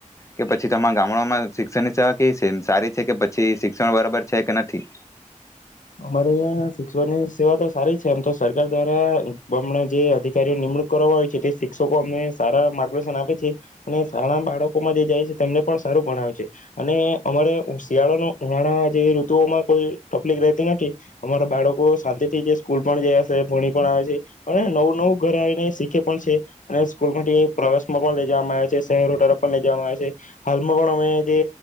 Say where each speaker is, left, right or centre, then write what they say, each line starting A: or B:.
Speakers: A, on the left; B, on the left.
A: કે પછી તમા ગામડામાં શિક્ષણની સેવા કેવી છે? સારી છે કે પછી શિક્ષણ બરાબર છે કે નથી?
B: અમારે અયા શિક્ષણ ની સેવા તો સારી છે, એમ તો સરકાર દ્વારા બમણા જે અધિકારીઓ નિમણૂક કરવા હોય જેથી શિક્ષકો અમને સારા માર્ગદર્શન આપે છે અને શાળા બાળકોમાં જે જાય છે, તેમને પણ સારું ભણાવે છે અને અમારે શિયાળા ને ઉનાળા જેવી ઋતુઓમાં કોઈ ટપ્લિક રહેતી નથી નથી અમારા બાળકો શાંતિથી જે સ્કૂલ પણ ગયા છે, ભણી પણ આવે છે અને નવું નવું ઘર આવીને શીખે પણ છે અને સ્કૂલ માંથી પ્રવાસ માં પણ લઈ જવામાં આવે છે. શહેરટ પણ લઈ જવામાં આવ્યા છે. હાલમાં પણ અમે જે